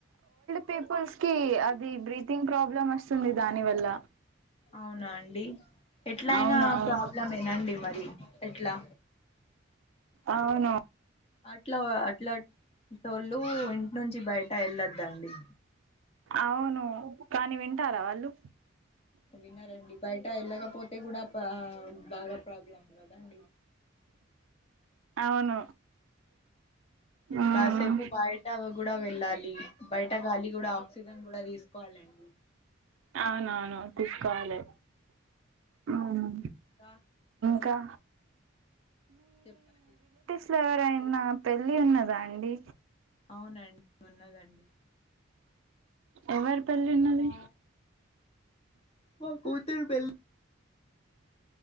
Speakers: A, on the right (about 75°); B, on the left (about 30°).
A: పీపుల్స్ కి అది బ్రీతింగ్ ప్రాబ్లం వస్తుంది దాని వల్ల
B: అవునా అండి ఎట్లా అయినా
A: అవునవును
B: ప్రాబ్లం మే నండి మరి ఎట్లా
A: అవునా
B: అట్లా అట్లాంటోళ్ళు ఇంటి నుంచి బయట వెళ్ళొద్దండి
A: అవును కానీ వింటారా వాళ్ళు
B: విన్నారండి బయట వెళ్ళకపోతే కూడా బాగా ప్రాబ్లం అంగదా అండి
A: అవును మ్మ్
B: కాసేపు బయట కూడా వెళ్ళాలి బయట గాలి కూడా ఆక్సిజన్ కూడా తీసుకోవాలండి
A: అవునవును తీసుకోవాలి హ్మ్
B: ఇంకా
A: కా
B: చెప్పాలి
A: ఇప్పుడు ఎవరైనా పెళ్ళి ఉన్నదా అండి
B: అవునండి ఉన్నదండి
A: ఎవరి పెళ్లి ఉన్నది
B: ఆ మా కూతురు పెళ్లి